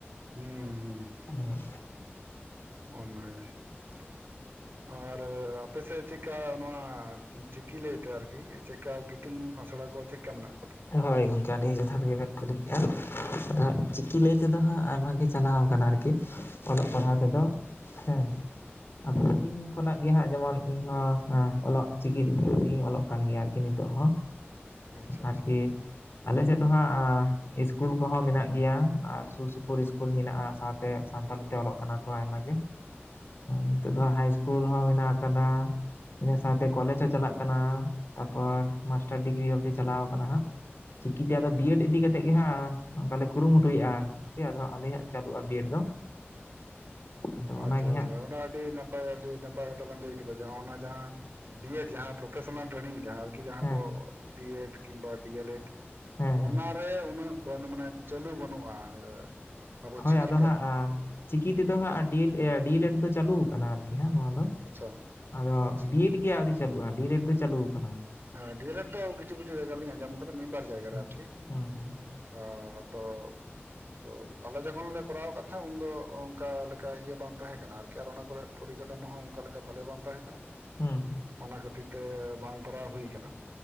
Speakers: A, on the right; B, on the left.
A: ᱦᱩᱸ ᱦᱩᱸ
B: ᱦᱮᱸ
A: ᱚᱱᱟᱜᱮ ᱟᱨ ᱟᱯᱮ ᱥᱮᱫ ᱪᱮᱫ ᱞᱮᱠᱟ ᱱᱚᱣᱟ ᱪᱤᱠᱤ ᱞᱟᱹᱭ ᱛᱮ ᱟᱨᱠᱤ ᱪᱮᱠᱟ ᱤᱛᱩᱱ ᱟᱥᱲᱟ ᱠᱚ ᱪᱮᱠᱟ ᱢᱮᱱᱟᱜ ᱠᱟ
B: ᱦᱳᱭ ᱜᱚᱢᱴᱝᱠᱮ ᱟᱹᱰᱤ ᱡᱚᱛᱷᱟᱛ ᱜᱮ ᱵᱮᱱ ᱠᱩᱞᱤ ᱠᱮᱭᱚᱜᱼᱟ ᱟᱫᱷᱚ ᱦᱟᱸᱜ ᱪᱤᱠᱤ ᱞᱟᱹᱭ ᱛᱮᱫᱚ ᱦᱟᱸᱜ ᱟᱭᱢᱟ ᱜᱮ ᱪᱟᱞᱟᱣ ᱠᱟᱱᱟ ᱟᱨᱠᱤ ᱚᱞᱚᱜ ᱯᱟᱲᱦᱟᱣ ᱛᱮᱫᱚ ᱦᱮᱸ ᱟᱹᱰᱤ ᱫᱤᱱ ᱠᱷᱚᱱᱟᱜ ᱜᱮ ᱦᱟᱸᱜ ᱡᱮᱢᱚᱱ ᱤᱧ ᱦᱚᱸ ᱚᱞᱚᱜ ᱪᱤᱠᱤ ᱛᱮᱜᱮᱧ ᱚᱞᱚᱜ ᱠᱟᱱ ᱜᱮᱭᱟ ᱟᱨᱠᱤ ᱱᱤᱛᱚᱜ ᱦᱚᱸ
A: ᱟᱪᱪᱷᱟ ᱟᱪᱪᱷᱟ
B: ᱟᱨᱠᱤ ᱟᱞᱮ ᱥᱮᱫ ᱫᱚ ᱦᱟᱸᱜ ᱤᱥᱠᱩᱞ ᱠᱚᱦᱚᱸ ᱢᱮᱱᱟᱜ ᱜᱮᱭᱟ ᱟᱨ ᱥᱩᱨ ᱥᱩᱯᱩᱨ ᱤᱥᱠᱩᱞ ᱢᱮᱱᱟᱜᱼᱟ ᱥᱟᱶᱛᱮ ᱥᱟᱱᱛᱟᱞᱤ ᱛᱮ ᱚᱞᱚᱜ ᱠᱟᱱᱟ ᱠᱚ ᱟᱭᱢᱟ ᱜᱮ ᱱᱤᱛᱚᱜ ᱫᱚ ᱦᱟᱭ ᱤᱥᱠᱩᱞ ᱦᱚᱸ ᱢᱮᱱᱟᱜ ᱟᱠᱟᱫᱟ ᱤᱱᱟᱹ ᱥᱟᱶᱛᱮ ᱠᱚᱞᱮᱡᱽ ᱦᱚᱸ ᱪᱟᱞᱟᱜ ᱠᱟᱱᱟ ᱛᱟᱯᱚᱨ ᱢᱟᱥᱴᱟᱨ ᱰᱤᱜᱽᱨᱤ ᱚᱵᱫᱤ ᱪᱟᱞᱟᱣ- ᱪᱤᱠᱤᱛᱮ ᱟᱫᱚ ᱵᱤᱭᱮᱰ
A: ᱟᱪᱪᱷᱟ
B: ᱤᱫᱤ ᱠᱟᱛᱮ ᱤᱭᱚ ᱦᱟᱸᱜ ᱚᱱᱠᱟ ᱞᱮ ᱠᱩᱨᱩᱢᱩᱴᱩᱭᱼᱟ ᱜᱚᱝᱠᱮ ᱟᱫᱚ ᱟᱞᱮ ᱦᱟᱸᱜ ᱪᱟᱹᱞᱩᱜᱼᱟ ᱵᱤᱭᱮᱰ ᱫᱚ ᱟᱫᱚ
A: ᱚ
B: ᱚᱱᱟᱜᱮ
A: ᱟᱪᱪᱷᱟ ᱟᱪᱪᱷᱟ
B: ᱦᱟᱸᱜ
A: ᱚᱱᱟ ᱟᱹᱰᱤ ᱱᱟᱯᱟᱭ ᱦᱟᱭ ᱟᱹᱰᱤ ᱱᱟᱯᱟᱭ ᱠᱟᱛᱷᱟ ᱵᱮᱱ ᱞᱟᱹᱭ ᱠᱮᱫᱟ ᱚᱱᱟ ᱡᱟᱦᱟᱸ ᱵᱤᱭ ᱮᱰ ᱡᱟᱦᱟᱸ ᱯᱨᱚᱯᱷᱮᱥᱚᱱᱟᱞ ᱴᱨᱮᱱᱰᱤᱧ ᱡᱟᱦᱟᱸ ᱠᱤ ᱡᱟᱦᱟᱸ
B: ᱦᱮᱸ
A: ᱫᱚ ᱵᱤᱭ ᱮᱰ ᱠᱤᱱᱵᱟ ᱰᱤᱭᱮ ᱞᱮᱰ
B: ᱦᱮᱸ ᱦᱮᱸ
A: ᱚᱱᱟ ᱛᱮ ᱩᱱᱟᱹᱜ ᱢᱟᱱᱮ ᱪᱟᱹᱞᱩ ᱵᱟᱹᱱᱩᱜᱼᱟ ᱟᱵᱚ
B: ᱦᱳᱭ
A: ᱪᱤᱠᱤᱛᱮ
B: ᱟᱫᱚ ᱦᱟᱸᱜ
A: ᱟᱨ
B: ᱪᱤᱠᱤ ᱛᱮᱫᱚ ᱦᱟᱸᱜ ᱰᱤᱭᱮ ᱞᱮᱰ ᱫᱚ ᱪᱟᱹᱞᱩ ᱟᱠᱟᱱᱟ ᱟᱨᱠᱤ ᱦᱟᱸᱜ ᱱᱚᱣᱟ ᱫᱚ
A: ᱟᱪᱪᱷᱟ
B: ᱟᱫᱚ
A: ᱟᱪᱪᱷᱟ
B: ᱵᱤᱭ ᱮᱰ ᱜᱮ ᱟᱹᱣᱨᱤ ᱪᱟᱹᱞᱩᱜᱼᱟ ᱰᱤ ᱮᱰ ᱫᱚ ᱪᱟᱹᱞᱩᱣᱟᱠᱟᱱᱟ
A: ᱦᱮᱸ ᱰᱤᱭᱮ ᱞᱮᱰ ᱫᱚ ᱠᱤᱪᱷᱩ ᱠᱤᱪᱷᱩ ᱡᱟᱭᱜᱟ ᱨᱮ ᱤᱧ ᱟᱸᱡᱚᱢ ᱟᱠᱟᱫᱟ ᱢᱤᱫ ᱵᱟᱨ ᱡᱟᱭᱜᱟ
B: ᱦᱩᱸ
A: ᱨᱮ ᱟᱨᱠᱤ
B: ᱦᱩᱸ ᱦᱩᱸ
A: ᱦᱟᱸᱜ ᱛᱚ ᱛᱚ ᱟᱞᱮ ᱡᱚᱠᱷᱚᱱᱞ ᱞᱮ ᱠᱚᱨᱟᱣ ᱠᱟᱫ ᱛᱟᱦᱮᱸᱫ ᱩᱱᱫᱚ ᱚᱱᱠᱟ ᱞᱮᱠᱟ ᱤᱭᱟᱹ ᱵᱟᱝ ᱛᱟᱦᱮᱸ ᱠᱟᱱᱟ ᱟᱨᱠᱤ ᱟᱨ ᱚᱱᱟ ᱠᱚᱨᱮ ᱯᱚᱨᱤᱠᱷᱟ ᱴᱟᱭᱤᱢ ᱦᱚᱸ ᱚᱱᱠᱟ ᱞᱮᱠᱟ ᱵᱷᱟᱞᱮ ᱵᱟᱝ ᱛᱟᱦᱮᱸ ᱠᱟᱱᱟ
B: ᱦᱩᱸ ᱦᱩᱸ
A: ᱚᱱᱟ ᱠᱷᱟᱹᱛᱤᱨ ᱛᱮ ᱵᱟᱝ ᱠᱚᱨᱟᱣ ᱦᱩᱭ ᱠᱟᱱᱟ᱾